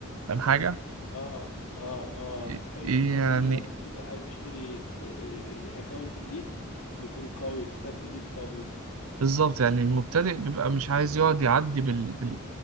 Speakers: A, on the right; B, on the left.
A: فاهم حاجة
B: اه اه
A: ي-
B: اه حلو ان
A: يعني
B: بيبقى المبتدئ عايز يشتري اكونت جديد ويكون قوي حساب جديد قوي
A: بالظبط يعني المبتدئ بيبقى مش عايز يقعد يعدي بال... بال...